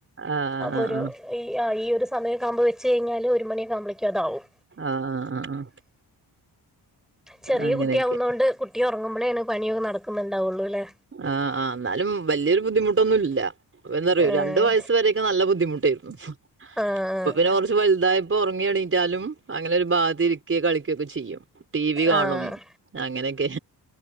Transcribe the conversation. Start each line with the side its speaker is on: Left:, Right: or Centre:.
Right: ആഹ്
Centre: അപ്പൊ
Right: ആഹ് ആഹ്
Centre: ഒരു ഈ ആ ഈ ഒരു സമയം ആകുമ്പോ വെച്ച് കഴിഞ്ഞാല് ഒരു മണിയകക്കാമ്പോഴേക്കും അതാവും.
Right: ആഹ് ആഹ് ആഹ്
Centre: ചെറിയ
Right: അങ്ങനെയൊക്കെ
Centre: കുട്ടിയ ആവുന്നോണ്ട് കുട്ടി ഒറങ്ങുമ്പോളോണ് പണിയൊക്കെ നടക്കുന്നുണ്ടാവുള്ളു അല്ലേ?
Right: ആഹ് ആഹ് ന്നാലും വലിയൊരു ബുദ്ധിമുട്ടൊന്നുല്ല. അപ്പൊ എന്താറിയോ
Centre: ഏഹ്
Right: രണ്ടു വയസ് വരെയൊക്കെ നല്ല ബുദ്ധിമുട്ടായിരുന്നു
Centre: ആഹ്
Right: ഇപ്പ പിന്നെ കുറച്ച് വലുതായപ്പോ. ഒറങ്ങി എണീട്ടാലും. അങ്ങനെ ഒരു ബാഗത്ത് ഇരിക്കെ കളി ഒകെയൊക്കെ ചെയ്യും ടി വി കാണും.
Centre: ആഹ്
Right: അങ്ങനെയൊക്കെ.